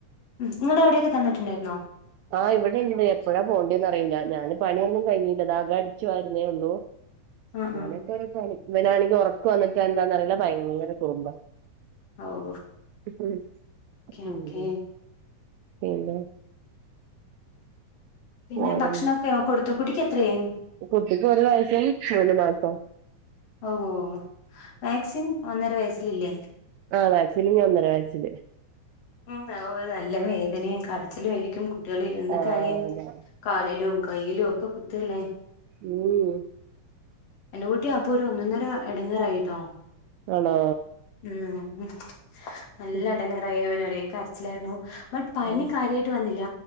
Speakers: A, on the left (about 55°); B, on the right (about 80°).
A: ഉം നിങ്ങടെ അവിടെയൊക്കെ തന്നിട്ടുണ്ടായിരുന്നോ
B: ആ ഇവിടെ ഇണ്ട് എപ്പോഴാ പോണ്ടിന്ന് അറിയില്ല ഞാന് പണിയൊന്നും കഴിഞ്ഞില്ല അകം അടിച്ചു വാരുന്നേ ഉള്ളൂ
A: ആ
B: അങ്ങനെയൊക്കെ
A: ആ
B: ഒരു പണി ഇവനാണെങ്കിൽ ഉറക്കം വന്നിട്ട് എന്താന്ന്റിയില്ല ഭയങ്കര കുറുമ്പ
A: ഓ
B: ഉം <unintelligible>
A: ഓക്കെ ഓക്കെ
B: പിന്നെ
A: പിന്നെ
B: ആണുണ്ട്
A: ഭക്ഷണൊക്കെ കൊടുത്തോ കുട്ടിക്ക് എത്രയായി
B: കുട്ടിക്ക് ഒരു വയസ് മൂന്ന് മാസോ
A: ഓ ഓ വാക്സിൻ ഒന്നര വയസ്സിലല്ലേ
B: ആ വാക്സിന് ഒന്നര വയസ്സില്
A: ഉം ഓ നല്ല വേദനയും കടച്ചിലും ആയിരിക്കും കു കുട്ടികള് ഇരുന്ന്
B: ആഹ്
A: കരയും
B: അതെ
A: കാലിലും കയ്യിലും ഒക്കെ കുത്തല്ലേ
B: ഉം
A: എന്റെ കുട്ടി അപ്പൊ ഒരു ഒന്നൊന്നര ഇടങ്ങേറായിട്ടോ
B: ആണോ
A: ഉം നല്ല
B: ആഹ്
A: ഇടങ്ങറായി അവന് ഒരേ കരച്ചിലായിരുന്നു ബട്ട് പനി
B: ഉം
A: കാര്യമായിട്ട് വന്നില്ല